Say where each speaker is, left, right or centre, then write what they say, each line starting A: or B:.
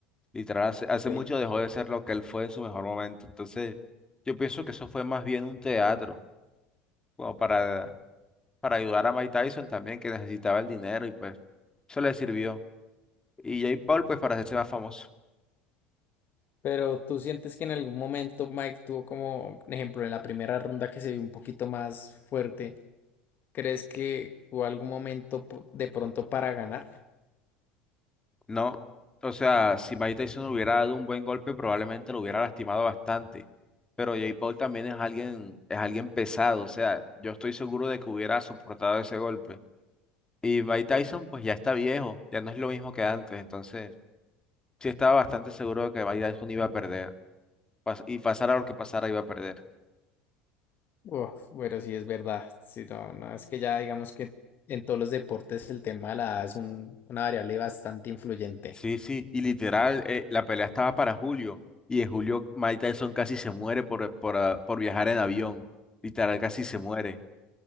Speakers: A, on the left (about 15°); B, on the left (about 40°).
A: Literal, hace, hace
B: Ok.
A: mucho dejó de ser lo que él fue en su mejor momento. Entonces, yo pienso que eso fue más bien un teatro, como para, para ayudar a Mike Tyson también, que necesitaba el dinero y pues eso le sirvió. Y Jake Paul, pues para hacerse más famoso,
B: Pero tú sientes que en algún momento Mike tuvo como, por ejemplo, en la primera ronda que se vio un poquito más fuerte. ¿Crees que hubo algún momento po- de pronto para ganar?
A: ¿no? O sea, si Mike Tyson hubiera dado un buen golpe, probablemente lo hubiera lastimado bastante. Pero Jake Paul también es alguien, es alguien pesado. O sea, yo estoy seguro de que hubiera soportado ese golpe. Y Mike Tyson, pues ya está viejo, ya no es lo mismo que antes. Entonces, sí estaba bastante seguro de que Mike Tyson iba a perder. pas- Y pasara lo que pasara, iba a perder.
B: Uf, bueno, sí es verdad. Sí, no, no, es que ya digamos que en todos los deportes el tema de la edad es un- una variable bastante influyente.
A: Sí, sí, y literal, eh, la pelea estaba para julio, y en julio Mike Tyson casi se muere por, por, ah, por viajar en avión. Literal, casi se muere,